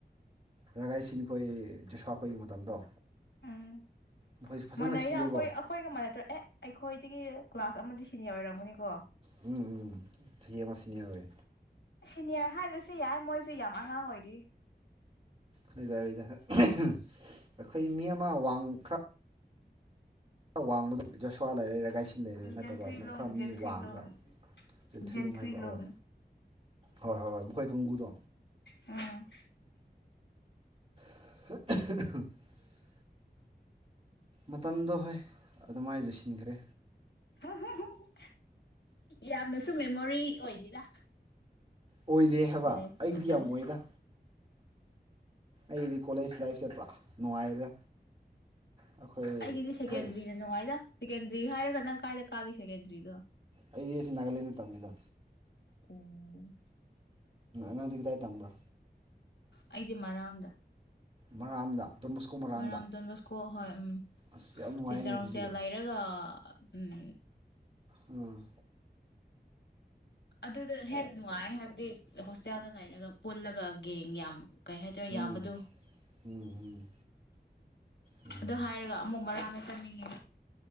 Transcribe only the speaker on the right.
ꯔꯒꯥꯏꯁꯤꯟ ꯈꯣꯏ ꯖꯁꯋꯥꯥꯈꯣꯏꯒꯤ ꯃꯇꯝꯗꯣ
ꯃꯈꯣꯏꯁꯨ ꯐꯖꯅ
ꯁꯤꯜꯂꯦꯀꯣ
ꯎꯝ ꯎꯝ ꯆꯍꯤ ꯑꯃꯥ ꯁꯤꯅꯤꯌꯔ ꯑꯣꯏ
ꯅꯣꯏꯗ ꯍꯣꯏꯗ ꯑꯩꯈꯣꯏ ꯃꯤ ꯑꯃ ꯋꯥꯡ ꯈ꯭ꯔ ꯋꯥꯡꯕꯗꯣ ꯖꯣꯁꯋꯥ ꯂꯩꯔꯦ ꯀꯥꯏꯁꯤꯟ ꯂꯩꯔꯦ ꯅꯠꯇꯕ
ꯑꯃ ꯈꯔ ꯃꯤ
ꯋꯥꯡꯉꯒ ꯆꯦꯟꯊꯨꯏꯅꯨꯡ
ꯍꯥꯏꯕ꯭ꯔ ꯍꯣꯏ ꯍꯣꯏ ꯍꯣꯏ ꯍꯣꯏ ꯃꯈꯣꯏ ꯀꯥꯡꯕꯨꯨꯗꯣ
<unintelligible> ꯃꯇꯝꯗꯣ ꯍꯣꯏ ꯑꯗꯨꯃꯥꯏ ꯂꯣꯏꯁꯤꯟꯈ꯭ꯔꯦ
ꯑꯣꯏꯗꯦ ꯍꯥꯏꯕ
ꯑꯩꯗꯤ
ꯌꯥꯝ ꯑꯣꯏꯗꯦꯗ ꯑꯩꯗꯤ ꯀꯣꯂꯦꯖ ꯂꯥꯏꯐꯁꯦ ꯄꯨꯔꯥ ꯅꯨꯡꯉꯥꯏꯗ ꯑꯩꯈꯣꯏ
ꯍꯣꯏ
ꯑꯩꯗꯤ ꯑꯁꯤ ꯅꯥꯒꯥꯂꯦꯟꯗ ꯇꯝꯃꯦꯗ
ꯅꯪꯗꯤ ꯀꯗꯥꯏ ꯇꯝꯕ꯭ꯔꯥ
ꯃꯔꯥꯝꯗ ꯗꯣꯟ ꯕꯣꯁꯀꯣ ꯃꯔꯥꯝꯗ
ꯑꯁ ꯌꯥꯝ ꯅꯨꯡꯉꯥꯏꯅꯦ
ꯑꯗꯨꯗꯤ
ꯎꯝ
ꯎꯝ
ꯎꯝ ꯎꯝ